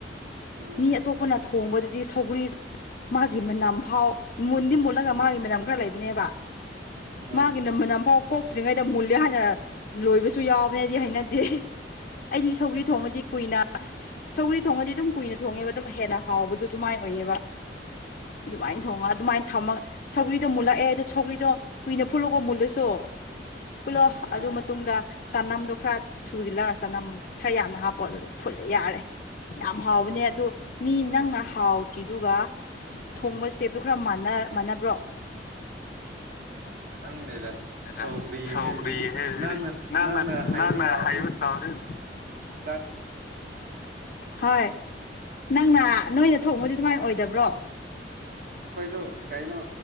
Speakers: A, on the right; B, on the left.
A: ꯑꯥ
B: ꯃꯤ ꯑꯇꯣꯞꯄꯅ ꯊꯣꯡꯕꯗꯨ ꯔꯤ ꯃꯥꯒꯤ ꯃꯅꯝ ꯐꯥꯎ ꯃꯨꯟꯗꯤ ꯃꯨꯜꯂꯒ ꯃꯥꯒꯤ ꯃꯅꯝ ꯈꯔ ꯂꯩꯕꯅꯦꯕ
A: ꯑꯥ
B: ꯃꯥꯒꯤꯅꯝꯕ ꯅ ꯐ <unintelligible> ꯀꯣꯛꯇ꯭ꯔꯤꯉꯩꯗ ꯃꯨꯜꯂꯦ ꯍꯥꯏꯅ ꯂꯣꯏꯕꯁꯨ ꯌꯥꯎꯕꯅꯤ ꯑꯩꯗꯤ ꯍꯩꯅꯗꯦ ꯑꯩꯗꯤ ꯁꯧꯒ꯭ꯔꯤ ꯊꯣꯡꯉꯗꯤ ꯀꯨꯏꯅ ꯁꯧꯒ꯭ꯔꯤ ꯊꯣꯡꯉꯗꯤ ꯑꯗꯨꯝ ꯀꯨꯏꯅ ꯊꯣꯡꯉꯦꯕ ꯑꯗꯨꯝ ꯍꯦꯟꯅ ꯍꯥꯎꯕ ꯑꯗꯨꯃꯥꯏꯅ ꯑꯣꯏꯌꯦꯕ ꯑꯗꯨꯃꯥꯏꯅ
A: ꯑꯥ
B: ꯊꯣꯡꯉꯒ ꯑꯗꯨꯃꯥꯏꯅ ꯊꯝꯃꯒ ꯁꯧꯒ꯭ꯔꯤꯗꯣ ꯃꯨꯜꯂꯛꯑꯦ ꯑꯗꯨꯗꯣ ꯁꯧꯒ꯭ꯔꯤꯗꯣ ꯀꯨꯏꯅ ꯐꯨꯠꯂꯨꯀꯣ ꯃꯨꯜꯂꯁꯨ ꯄꯨꯜꯂꯣ
A: ꯑꯥ
B: ꯑꯗꯨꯏ ꯃꯇꯨꯡꯗ ꯆꯅꯝꯗꯣ ꯈꯔ ꯁꯨꯁꯤꯜꯂꯣ ꯆꯅꯝ ꯈꯔ ꯌꯥꯝꯅ ꯍꯥꯞꯄꯣ ꯑꯗꯨꯗ ꯐꯨꯠꯂꯦ ꯌꯥꯔꯦ ꯌꯥꯝ ꯍꯥꯎꯕꯅꯦ ꯑꯗꯨ ꯃꯤ ꯅꯪꯅ ꯊꯥꯎꯀꯤꯗꯨꯒ ꯊꯣꯡꯕ ꯏꯁꯇꯦꯞꯇꯣ ꯈꯔ ꯃꯥꯟꯅ ꯃꯥꯟꯅꯕ꯭ꯔꯣ
A: ꯈꯪꯗꯦꯗ
B: ꯑꯗꯨꯗ
A: ꯁꯧꯒ꯭ꯔꯤ
B: ꯁꯧꯒ꯭ꯔꯤ
A: ꯍꯥꯏꯕꯁꯤꯗꯤ
B: ꯍꯥꯏꯁꯤꯗꯤ
A: ꯅꯪꯅ ꯅꯪꯅ ꯍꯥꯏꯔꯤꯕ
B: ꯅꯪꯅ
A: ꯆꯁꯤ
B: ꯍꯥꯏꯔꯤꯕ
A: <unintelligible>
B: ꯏꯁꯇꯥꯏꯜꯁꯤ ꯍꯣꯏ ꯅꯪꯅ ꯅꯣꯏꯅ ꯊꯣꯡꯕꯗꯤ ꯑꯗꯨꯃꯥꯏꯅ ꯑꯣꯏꯗꯕ꯭ꯔꯣ
A: ꯈꯣꯏꯁꯨ ꯀꯩꯅꯣ